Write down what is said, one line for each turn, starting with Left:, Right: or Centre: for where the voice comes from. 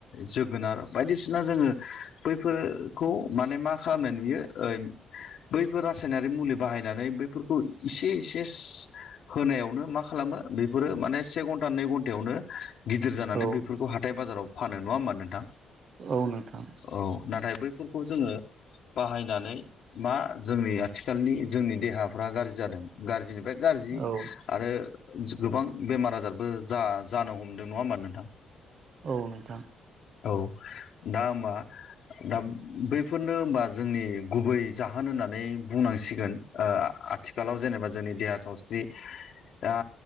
Left: जोगोनार बायदिसि ना जोङो बैफोरखौ माने मा खालामनाय नुयो ओ बैफोर रासायनारि मुलि बाहायनानै बैफोरखौ इसे एसे होनायावनो मा खालामो बेफोरो माने से घन्टा नै घन्टायावनो गिदिर जानानै
Right: औ
Left: बेफोरखौ हाथाय बाजाराव फानो नङा होमबा नोंथां?
Right: औ नोंथां
Left: औ नाथाय बै फोरखौ जोङो बाहायनानै मा जोंनि आथिखालनि जोंनि देहाफ्रा गाज्रि जादों गाज्रि निफ्राय गाज्रि
Right: औ
Left: आरो गोबां बेमार आजारबो जा जानो हमदों नङा होमबा नोंथां?
Right: औ नोंथां
Left: औ दा हबा दा बैफोरनो हबा जोंनि गुबै जाहोन होननानै बुंनांसिगोन आथिखालाव जेनेबा जोंनि देहा सावस्रिया